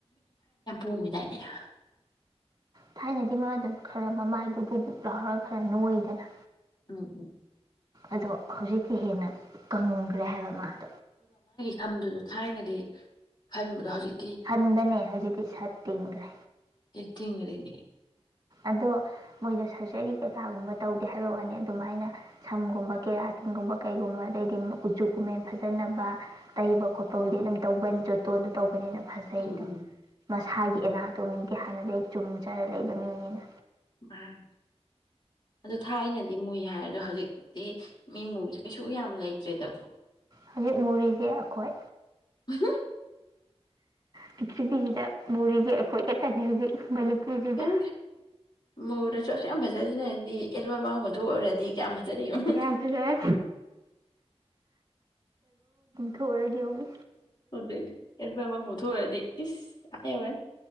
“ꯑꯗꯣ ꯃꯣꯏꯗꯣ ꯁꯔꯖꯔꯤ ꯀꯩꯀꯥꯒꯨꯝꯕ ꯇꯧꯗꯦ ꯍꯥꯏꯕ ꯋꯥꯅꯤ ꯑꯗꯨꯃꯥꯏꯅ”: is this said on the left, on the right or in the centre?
Right